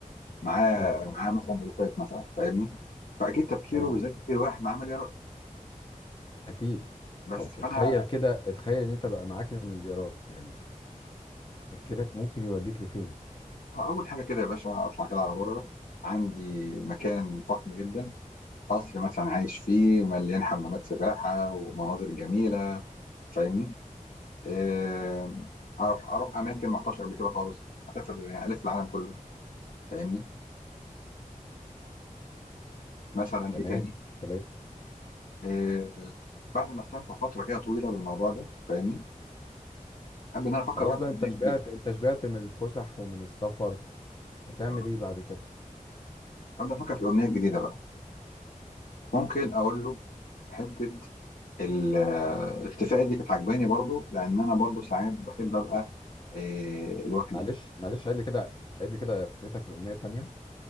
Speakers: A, on the left; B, on the left.
A: معاه
B: اه
A: معاه مثلا
B: آه،
A: الوفات مثلا فاهمني فاكيد تفكيره
B: تمام
A: بالذات تفكير واحد معاه مليارات
B: اكيد
A: بس
B: طب
A: فانا
B: اتخيل كده اتخيل ان انت بقى معاك المليارات يعني تفكيرك ممكن يوديك لفين
A: اول حاجه كده يا باشا اطلع كده على بره عندي مكان فخم جدا قصر مثلا عايش فيه مليان حمامات سباحه ومناظر جميله فاهمني آه، اروح اروح اماكن ما رحتهاش قبل كده خالص اسافر يعني الف العالم كله فاهمني مثلا
B: تمام
A: ايه تاني
B: تمام
A: آه، بعد ما استمتع فتره كده طويله بالموضوع ده فاهمني ابدا ان انا افكر
B: خلاص
A: بقى
B: بقى
A: في اغنيه
B: انت
A: جديده
B: شبعت انت شبعت من الفسح ومن السفر هتعمل
A: بقى
B: ايه بعد كده
A: ابدا افكر في اغنيه جديده بقى ممكن اقول له حته الاختفاء دي كانت عجباني برضو لان انا برضو ساعات بحب ابقى آه، لوحدي
B: معلش معلش عيد لي كده عيد لي كده فكرتك في الامنية التانية